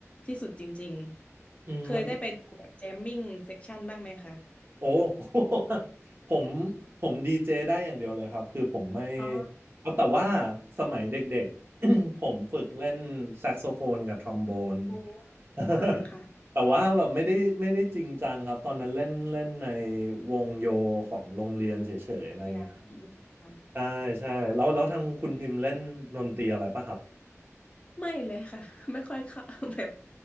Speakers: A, on the left; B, on the right.
A: ที่สุดจริงๆเคยได้ไปดูแบบแจมมิ่งเซ็กชันบ้างไหมคะ
B: อืมมันโอ้ <laughs> ผมผมดีเจได้อย่างเดียวเลยครับคือผมไม่
A: อ๋อ
B: เอาแต่ว่าสมัยเด็กๆ <coughs> ผมฝึกเล่นแซกโซโฟนกับทรอมโบน
A: โอ
B: <laughs>
A: อ่าค่ะ
B: แต่ว่าแบบไม่ได้ไม่ได้จริงจังครับตอนนั้นเล่นเล่นในวงโยของโรงเรียนเฉยๆอะไรเงี้ยครับ
A: เรียนอืมอืม
B: ใช่ใช่แล้วแล้วทางคุณพิมพ์เล่นดนตรีอะไรปะครับ
A: ไม่เลยค่ะ <laughs> ไม่ค่อยเข้า <laughs> แบบ